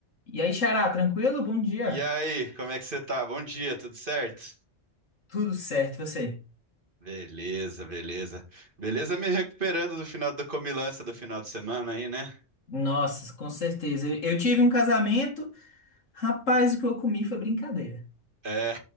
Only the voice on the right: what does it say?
E aí, como é que você tá? Bom dia, tudo certo?
Beleza, beleza. Beleza me recuperando do final da comilança do final de semana aí, né?
É,